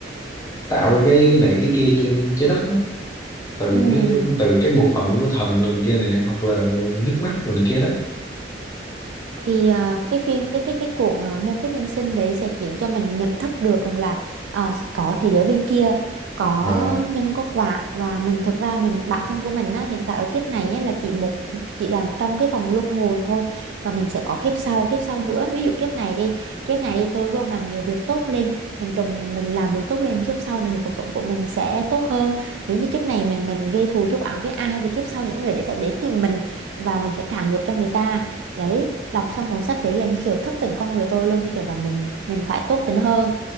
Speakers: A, on the left (about 15°); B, on the right (about 75°).
A: tạo ra cái này cái kia trên trái đất á. từ
B: Ừ.
A: mấy cái- từ các bộ phận của thần rồi này kia này hoặc là nước mắt rồi này kia đó
B: thì ờ, cái phim cái cái cái cuộn ờ, muôn kiếp nhân sinh đấy sẽ khiến cho mình nhận thức được rằng là ờ, có thế giới bên kia có
A: à,
B: nhân có quả và mình thực ra mình bản thân của mình á, hiện tại ở kiếp này á, là chỉ một chỉ làm trong cái vòng luân hồi thôi và mình sẽ có kiếp sau kiếp sau nữa ví dụ kiếp này đi kiếp này đi tôi với ông làm nhiều việc tốt lên mình trồng mình làm việc tốt lên thì kiếp sau mình thì cuộc sống của mình sẽ tốt hơn nếu như kiếp này mình mình gây thù chuốc oán với ai thì kiếp sau những người đấy sẽ đến tìm mình và mình phải trả nghiệp cho người ta đấy đọc xong cuốn sách đấy là như kiểu thức tỉnh con người tôi luôn như kiểu là mình mình phải tốt tính hơn